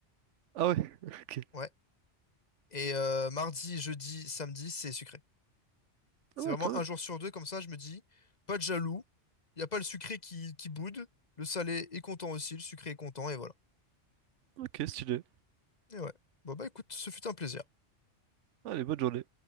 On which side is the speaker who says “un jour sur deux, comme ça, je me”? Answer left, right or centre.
Left